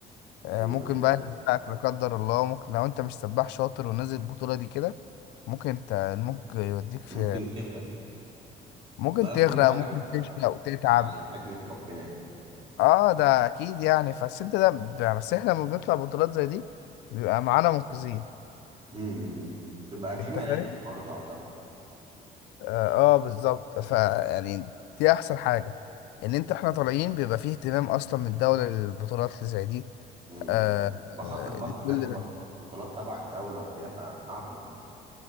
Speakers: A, on the left; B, on the right.
A: آه،
B: أيوه
A: ممكن
B: أيوه
A: بقى
B: أيوه
A: يوقعك لا قدر الله ممكن لو انت مش سباح شاطر ونازل البطولة دي كده ممكن انت الموج يوديك في
B: ممكن تغرق
A: ممكن
B: والله
A: تغرق
B: كل حاجة
A: ممكن
B: ب-
A: تشقى وتتعب
B: يعني بحكمة ربنا يعني
A: اه ده اكيد يعني بس انت ده ب- بس احنا لما بنطلع بطولات زي دي بيبقى معانا منقذين
B: مم. تبقى في
A: انت
B: مراكب
A: فاهم
B: برضو أعتقد
A: اه, آه بالظبط ف يعني دي احسن حاجة ان انت احنا طالعين بيبقى فيه اهتمام اصلا من الدولة للبطولات اللي زي دي
B: مم.
A: آه
B: بخطر برضو إنها
A: كل
B: تبقى
A: ده
B: بطولات تبع الدولة وكده فصعب إن